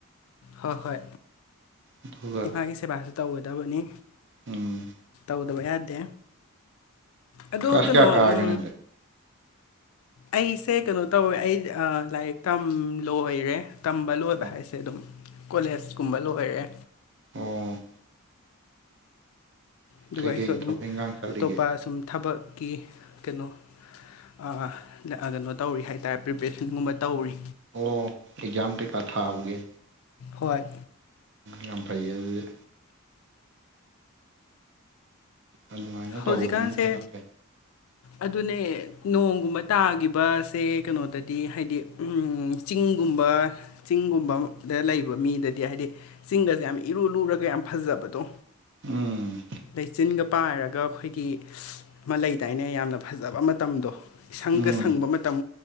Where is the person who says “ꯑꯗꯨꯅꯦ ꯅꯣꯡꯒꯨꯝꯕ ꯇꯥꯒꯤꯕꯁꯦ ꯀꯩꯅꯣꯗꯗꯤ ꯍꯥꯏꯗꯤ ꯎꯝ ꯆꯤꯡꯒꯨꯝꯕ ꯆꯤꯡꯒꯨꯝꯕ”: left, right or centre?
Left